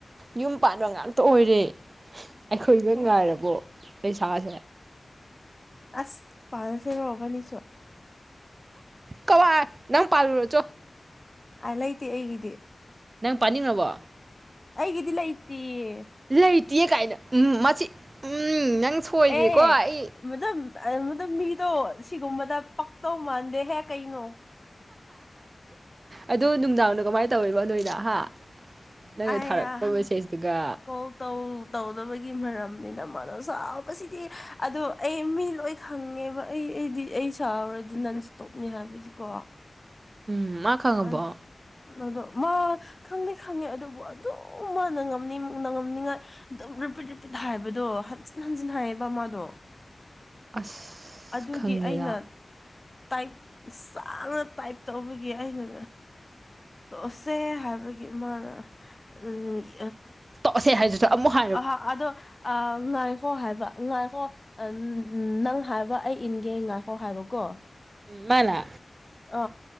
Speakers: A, on the right; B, on the left.
A: ꯌꯨꯝ ꯄꯥꯟꯕ ꯉꯥꯛꯇ ꯑꯣꯏꯔꯦ ꯑꯩꯈꯣꯏꯒ
B: ꯍ
A: ꯉꯥꯏꯔꯕꯣ ꯂꯩꯁꯥꯁꯦ
B: ꯑꯁ ꯄꯥꯜꯂꯁꯤꯔꯣ ꯕꯅꯤꯁꯨ
A: ꯀꯋꯥꯏ ꯅꯪ ꯄꯥꯜꯂꯨꯔꯣ ꯆꯣ
B: ꯑꯥꯏ ꯂꯩꯇꯦ ꯑꯩꯒꯤꯗꯤ
A: ꯅꯪ ꯄꯥꯅꯤꯡꯔꯕꯣ
B: ꯑꯩꯒꯤꯗꯤ ꯂꯩꯇꯤꯌꯦ
A: ꯂꯩꯇꯤꯌꯦ ꯀꯥꯏꯅ ꯎꯝ ꯃꯁꯤ ꯎꯝ ꯅꯪ ꯁꯣꯏꯗ꯭ꯔꯦꯀꯣ
B: ꯑꯦ
A: ꯑꯩ
B: ꯃꯗꯨꯝ ꯑ ꯃꯗꯨꯝ ꯃꯤꯗꯣ ꯁꯤꯒꯨꯝꯕꯗ ꯄꯛꯇꯧ ꯃꯥꯟꯗꯦꯍꯦ ꯀꯩꯅꯣ
A: ꯑꯗꯨ ꯅꯨꯡꯗꯥꯡꯅ ꯀꯃꯥꯏ ꯇꯧꯔꯤꯕ ꯅꯣꯏꯅ ꯍꯥ ꯅꯪꯅ
B: ꯑꯌꯥ
A: ꯊꯥꯔꯛꯄ ꯃꯦꯁꯦꯁꯇꯨꯒ
B: ꯀꯣꯜ ꯇꯧ ꯇꯧꯗꯕꯒꯤ ꯃꯔꯝꯅꯤꯅ ꯃꯥꯅ ꯁꯥꯎꯕꯁꯤꯗꯤ ꯑꯗꯣ ꯑꯩ ꯃꯤ ꯂꯣꯏ ꯈꯪꯉꯦꯕ ꯑꯩ ꯑꯩꯗꯤ ꯑꯩ ꯁꯥꯎꯔꯗꯤ ꯅꯟꯁ꯭ꯇꯣꯞꯅꯤ ꯍꯥꯏꯕꯖꯤꯀꯣ
A: ꯎꯝ ꯃꯥ ꯈꯪꯉꯕꯣ
B: ꯑꯟ ꯑꯗꯣ ꯃꯥ ꯈꯪꯗꯤ ꯈꯪꯉꯦ ꯑꯗꯨꯕꯨ ꯑꯗꯨꯝ ꯃꯥꯅ ꯉꯝꯅꯤ ꯅꯉꯝꯅꯤꯉꯥꯏ ꯗꯨꯝ ꯔꯤꯄꯤꯠ ꯔꯤꯄꯤꯠ ꯍꯥꯏꯕꯗꯣ ꯍꯟꯖꯤꯟ ꯍꯟꯖꯤꯟ ꯍꯥꯏꯌꯦꯕ ꯃꯥꯗꯣ
A: ꯑꯁ
B: ꯑꯗꯨꯒꯤ
A: ꯈꯪꯗꯦꯗ
B: ꯑꯩꯅ ꯇꯥꯏꯞ ꯁꯥꯡꯅ ꯇꯥꯏꯞ ꯇꯧꯕꯒꯤ ꯑꯩꯅ ꯇꯣꯑꯁꯦ ꯍꯥꯏꯕꯒꯤ ꯃꯥꯅ <unintelligible>
A: ꯑꯣꯁꯦ ꯍꯥꯏꯗꯨꯁꯨ ꯑꯃꯨꯛ ꯍꯟ
B: ꯑꯍ ꯑꯗꯣ ꯑ ꯉꯥꯏꯈꯣ ꯍꯥꯏꯕ ꯉꯥꯏꯈꯣ ꯑꯟ ꯅꯪ ꯍꯥꯏꯕ ꯑꯩ ꯏꯟꯒꯦ ꯉꯥꯏꯈꯣ ꯍꯥꯏꯕꯀꯣ
A: ꯃꯥꯅꯥ
B: ꯑ